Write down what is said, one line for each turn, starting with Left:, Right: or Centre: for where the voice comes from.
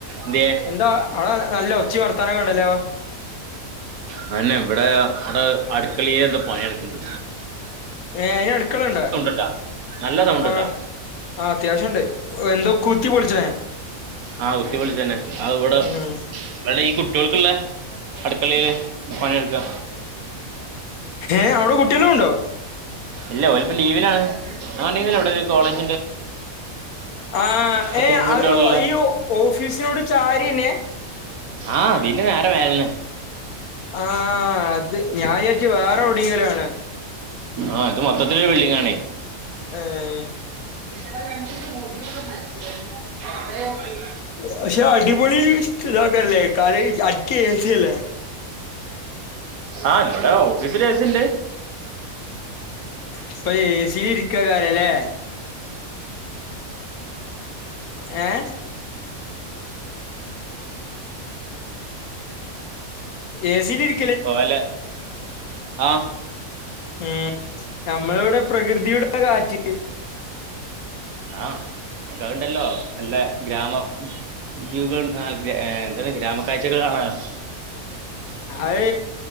Right: ന്ത്യേ
Left: എന്താ ആ നല്ല ഒച്ചിം വർത്താനൊക്കെ ഉണ്ടല്ലോ
Right: അതന്നെ ഇവിടെ അവിടെ അടുക്കളീല് എന്തോ പണി നടക്ക്ണ്ട്
Left: ഏ അയിന് അട്ക്കള ഇണ്ടാ
Right: ഉണ്ടാ നല്ല സൗണ്ട്
Left: ആഹ്
Right: ഉണ്ടാ
Left: ആ അത്യാവശ്യം ഇണ്ട് വെന്തോ കുത്തി പൊളിച്ച്ണേ
Right: ആഹ് കുത്തി പൊളിച്ചന്നെ അത് ഇവടെ
Left: ഉം
Right: ഇവടെ ഈ കുട്ട്യോൾക്കുള്ള അടുക്കളേല് പണി നടക്കാ
Left: ഹേ ആവ്ടെ കുട്ടിയോളുണ്ടോ
Right: ഇല്ല ഒലിപ്പം ലീവിലാണ് ആറ്റിങ്ങലിലുള്ളൊരു കോളേജില്-
Left: ആഹ്
Right: പത്ത്
Left: ഏഹ്
Right: മുപ്പത് കുട്ടികളുള്ള
Left: അഹ് ഈ ഓഫീസിനോട് ചാരിയന്നെ?
Right: ആ ഇതിന്റെ നേരെ മേലേന്നെ
Left: ആഹാ അത് ഞാവിചാരിച്ച് വേറൊടെങ്കിലാണ്ന്ന്
Right: ആഹ് ഇത് മൊത്തത്തിലൊരു ബിൽഡിങ്ങാണേ
Left: ഏ
Right: <unintelligible>
Left: പക്ഷെ അടിപൊളി ഇതാക്കാരലേ? കാടേയി അക്കെ ഏസിയല്ലേ?
Right: ആഹ് ഇന്പടെ ഓഫീസിലേസിണ്ട്
Left: ഇപ്പൊ ഏസിലിര്ക്കെക്കാരലേ? ഏഹേ? ഏസിലിരി
Right: ഓലെ ആഹ്
Left: മ് ഞ്ഞമ്മള്വ്ടെ പ്രകൃതിയുടെ കാറ്റ്
Right: ആഹ് ഇങ്ങക്കതുണ്ടല്ലോ നല്ല ഗ്രാമം <unintelligible> ഏഹ് എന്താണ് ഗ്രാമ കാഴ്ചകൾ കാണാനോ?
Left: അഹ്